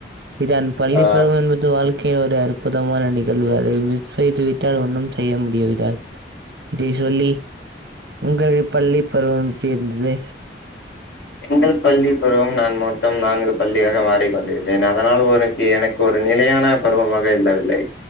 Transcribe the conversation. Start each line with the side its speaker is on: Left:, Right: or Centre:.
Right: இதான் பள்ளி
Left: ஆ
Right: பருவொ என்பது வாழ்க்கையின் ஒரு அற் அற்புதமான நிகழ்வு அதை மிஸ் செய்துவிட்டால் ஒன்னும் செய்ய முடியவிடால் இதை சொல்லி உங்கள் பள்ளி பருவம் எப்டி இருந்துது
Left: எங்கள் பள்ளி பருவம் நான் மொத்தம் நான்கு பள்ளியாக மாறி கொண்டிருந்தேன் அதனால் ஒரு எனக்கு ஒரு நிலையான பருவமாக இல்லவில்லை